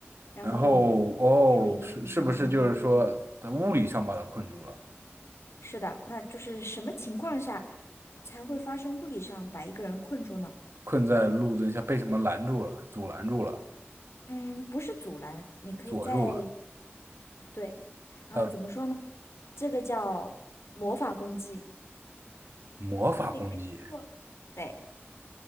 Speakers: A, on the left (about 80°); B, on the right (about 65°).
A: 然后
B: 然后哦，
A: 还有一个什么环境，
B: 是是不是就是说他物理上把他困住了，
A: 你可以，是的，那就是什么情况下才会发生物理上把一个人困住呢？
B: 困在路灯下被什么拦住了，阻拦住了，
A: 嗯，不是阻拦，你可以在，
B: 锁住了？
A: 对，啊，
B: 他
A: 怎么说呢？这个叫魔法攻击，
B: 魔法攻击
A: 你可以通过，对，